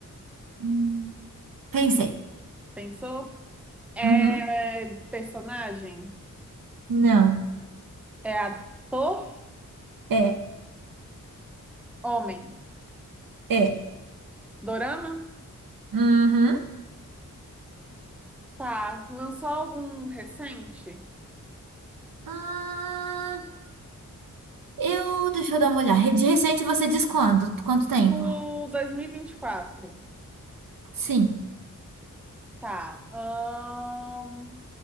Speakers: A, on the right; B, in the centre.
A: Hum, pensei.
B: Pensou? É
A: Uhum.
B: personagem?
A: Não.
B: É ator?
A: É,
B: Homem?
A: é.
B: Dorama?
A: Uhum.
B: Tá, lançou algum recente?
A: Hum, eu, deixa eu dar uma olhada. De recente você diz quando? Quanto
B: Tipo
A: tempo?
B: 2024.
A: Sim.
B: Tá. Ahn,